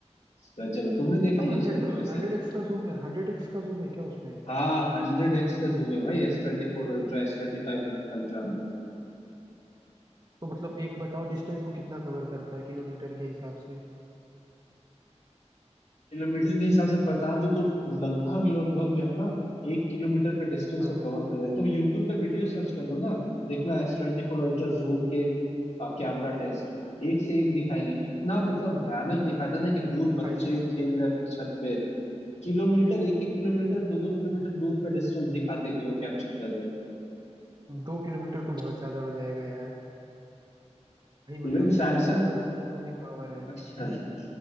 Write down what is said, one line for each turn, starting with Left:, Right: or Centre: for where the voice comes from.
Left: गजब है तुमने देखा
Right: मतलब
Left: है
Right: हंड्रेड
Left: यूज करके वैसे
Right: हंड्रेड एक्स का जूम है हंड्रेड एक्स का जूम है क्या उसमें
Left: हाँ हंड्रेड एक्स का जूम है भाई S twenty four ultra S twenty five ultra
Right: तो मतलब एक बताओ डिस्टेंस वो कितना कवर करता है किलोमीटर के हिसाब से
Left: Kilometre के हिसाब से बता दूं तो लगभग लगभग जो है ना एक किलोमीटर का डिस्टेंस
Right: हाँ
Left: वो कवर कर लेगा तुम यूट्यूब पे वीडियो सर्च कर लो ना देखना S twenty four ultra zoom के कैमरा टेस्ट एक से एक दिखाएंगे इतना मतलब भयानक दिखाता है ना कि दूर
Right: भाई
Left: बच्चे खेल रहे हैं अपनी छत पे किलोमीटर एक एक किलोमीटर दो दो किलोमीटर दूर का डिस्टेंस दिखाते हैं कि वो कैप्चर कर रहे हैं
Right: दो किलोमीटर तो बहुत ज्यादा हो जाएगा यार भाई मतलब
Left: इवन
Right: इतना
Left: सैमसंग
Right: ज्यादा जूमिंग पावर है
Left: <laughs> अच्छा